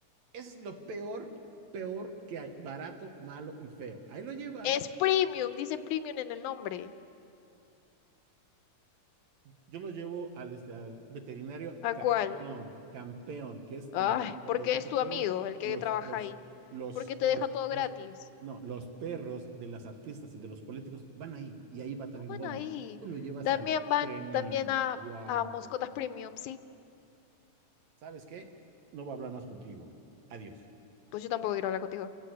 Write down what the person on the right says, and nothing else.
Eso es lo peor, peor que hay. Barato, malo y feo. Ahí lo llevas.
Yo lo llevo al, este, al veterinario
campeón,
campeón, que es
donde, donde
de hecho
todos
los,
los,
los,
los,
los,
no, los perros de las artistas y de los políticos van ahí, y ahí va
también
Bobby.
Tú lo llevas
al
premium.
Wow.
¿Sabes qué? No voy a hablar más contigo. Adiós.